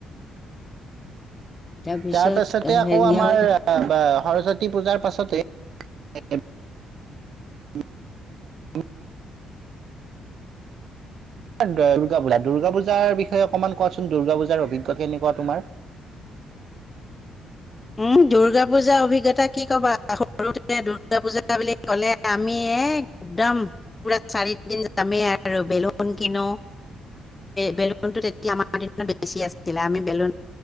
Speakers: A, on the left; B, on the right.
A: তাৰপিছত
B: তাৰ পাছতে আকৌ
A: হেৰিয়ৰ
B: আমাৰ সৰস্বতী পূজাৰ পাছতে উ <unintelligible> দুৰ্গা পূজা দুৰ্গা পূজাৰ বিষয়ে অকণমান কোৱাচোন দুৰ্গা পূজাৰ অভিজ্ঞা কেনেকুৱা তোমাৰ?
A: উম দুৰ্গা পূজাৰ অভিজ্ঞতা কি কবা। সৰুতে দূৰ্গাপূজা বুলি ক'লে আমি এক একদম পুৰা চাৰিদিন যামেই আৰু বেলুন কিনো বেলুনতো তেতিয়া আমাৰ দিনত বেছি আছিলে আমি বেলুন